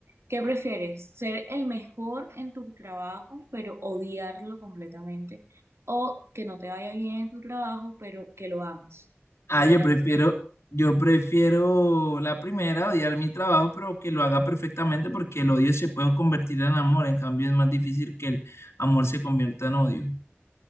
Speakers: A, on the right; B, on the left.
A: ¿Qué prefieres? ¿Ser el mejor en tu trabajo, pero odiarlo completamente? ¿O que no te vaya bien en tu trabajo, pero que lo ames?
B: Ah,
A: ¿Cuál
B: yo
A: de las
B: prefiero,
A: dos?
B: yo prefiero la primera, odiar mi trabajo, pero que lo haga perfectamente porque el odio se puede convertir en amor. En cambio, es más difícil que el amor se convierta en odio.